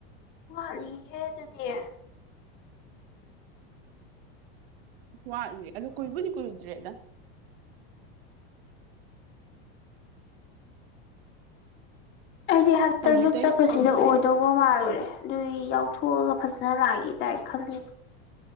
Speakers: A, on the left; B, on the right.
A: ꯋꯥꯠꯂꯤꯍꯦ ꯑꯗꯨꯗꯤ
B: ꯋꯥꯠꯂꯤ ꯑꯗꯣ ꯀꯨꯏꯕꯨꯗꯤ ꯀꯨꯏꯗ꯭ꯔꯦꯗ
A: ꯑꯩꯗꯤ ꯍꯟꯗꯛ
B: ꯍꯧꯖꯤꯛꯇꯩ
A: ꯌꯨꯝ ꯆꯠꯄ ꯁꯤꯗ ꯑꯣꯏꯗꯧꯕ ꯃꯥꯜꯂꯨꯔꯦ ꯑꯗꯨꯏ ꯌꯥꯎꯊꯣꯛꯑꯒ ꯐꯖꯅ ꯂꯥꯛꯒꯦ ꯀꯥꯏ ꯈꯜꯂꯤꯅꯤ